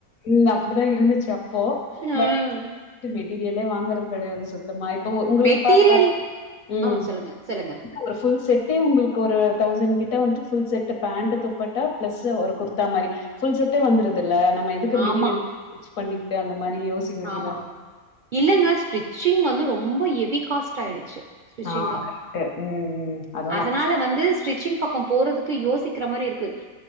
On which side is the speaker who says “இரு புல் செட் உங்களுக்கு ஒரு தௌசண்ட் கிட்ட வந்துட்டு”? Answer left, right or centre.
Left